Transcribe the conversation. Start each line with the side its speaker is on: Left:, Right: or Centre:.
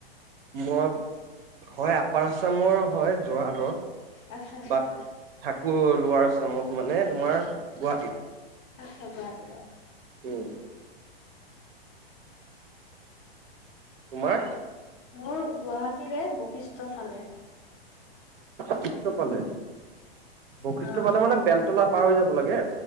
Right: মই হয় আপাৰ আছামৰ হয় যোৰহাটৰ।
Left: আচ্ছা আচ্ছা
Right: বাট থাকো লোৱাৰচমত মানে তোমাৰ গুৱাহাটীত।
Left: আচ্ছা গুৱাহাটী।
Right: উম। তোমাৰ?
Left: মোৰ গুৱাহাটীৰে বৈশিষ্ট চালে।
Right: শিষ্টকালে। বৈশিষ্ঠ
Left: অ
Right: পালে মানে বেলতলা পাৰ হৈ যাব লাগে।